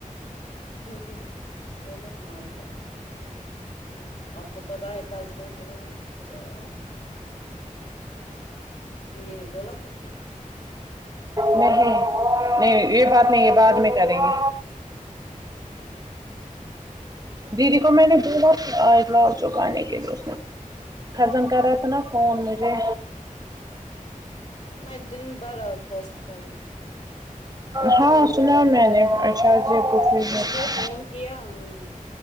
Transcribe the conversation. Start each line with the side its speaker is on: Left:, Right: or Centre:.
Left: ہمم ہمم وہ مت مانتا ہے آ آپ کو پتا ہے کل کیا ہوا خدا رحم دیدی نے بولا کچھ
Right: نہیں نہیں یہ بات نہیں ہے بعد میں کریں گے
Left: ہمم
Right: دیدی کو میں نے بولا تھا آج لال چوک آنے کے لیے اس نے فیضان کر رہا تھا نہ فون مجھے
Left: میں ڈن بر آج ہاسپتل میں تھی
Right: ہاں سنا میں نے شاید یہ
Left: ہمم
Right: پوچھی
Left: اس
Right: ہے
Left: لیے فون کیا ہے جی